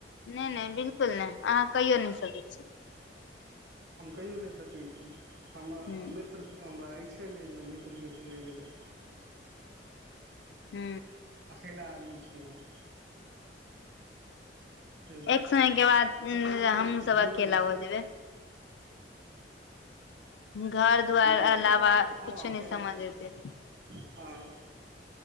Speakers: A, on the left; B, on the right.
A: नहि नहि बिलकुल नहि अहाँ कहियो नहि सकैत छी।
B: हम कहियो नहि सकैत छी हमरा
A: ह्म
B: मित्र हमरा अछि। छले जे हम मित्रके सङ्गे जेबै।
A: हू
B: अकेला आदमी छी हम। से बात
A: एक समय के बाद
B: अपन अपन
A: हमूँ सब
B: जीवन
A: अकेला
B: छै
A: हो जेबै। घर दुवार
B: नहि
A: अलावा
B: अकेला नहि हँ
A: कुछो
B: अकेला
A: नहि समझ
B: भऽ
A: एतय।
B: जेबै हँ